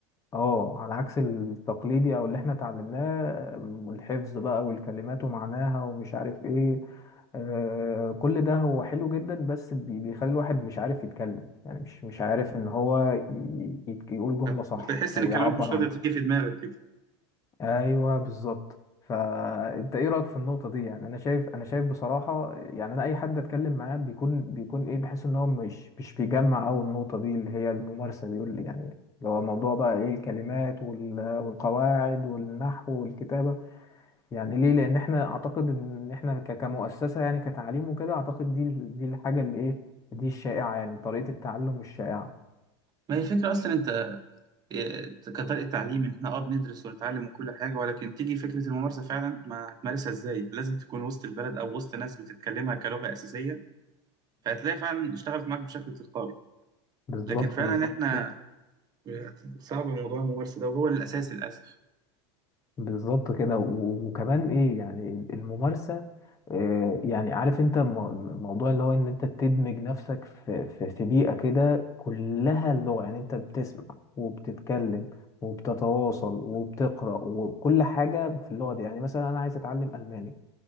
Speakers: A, on the left (about 20°); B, on the right (about 25°).
A: اه على عكس التقليدي او اللي احنا اتعلمناه م، الحفظ بقى والكلمات ومعناها ومش عارف ايه آه كل ده هو حلو جدا بس بي- بيخلي الواحد مش عارف يتكلم يعني مش مش عارف ان هو ي- يت- يقول جملة صح
B: بتحس
A: او
B: ان الكلمات
A: يعبر
B: مش قادره
A: عن
B: تيجي في دماغك كده
A: ايوه بالظبط فانت ايه رايك في النقطه دي يعني انا شايف انا شايف بصراحه يعني انا اي حد اتكلم معاه بيكون بيكون ايه بحس ان هو مش مش بيجمع او النقطه دي اللي هي الممارسه بيقول يعني اللي هو موضوع بقى ايه الكلمات وال- والقواعد والنحو والكتابه يعني ليه لان احنا اعتقد ان احنا ك- كمؤسسه يعني كتعليم وكده اعتقد دي ال- دي الحاجه اللي ايه دي الشائعه يعني طريقه التعلم الشائعه
B: ما هي الفكره اصلا انت إيه، كطريقه تعليم إن احنا اه بندرس ونتعلم وكل حاجه ولكن تيجي فكره الممارسه فعلا ما هتمارسها ازاي لازم تكون وسط البلد او وسط ناس بتتكلمها كلغه اساسيه فهتلاقي فعلا اشتغلت معاك بشكل تلقائي
A: بالظبط
B: لكن فعلا
A: بالظبط
B: احنا
A: بالظبط
B: إيه، صعب موضوع الممارسه ده وهو الاساس للاسف
A: بالظبط كده و- وكمان ايه يعني الممارسة آه، يعني عارف انت مو- موضوع اللي هو ان انت بتدمج نفسك في في في بيئة كده كلها اللغة يعني انت بتسمع وبتتكلم وبتتواصل وبتقرأ وكل حاجة في اللغة دي يعني مثلا انا عايز اتعلم ألماني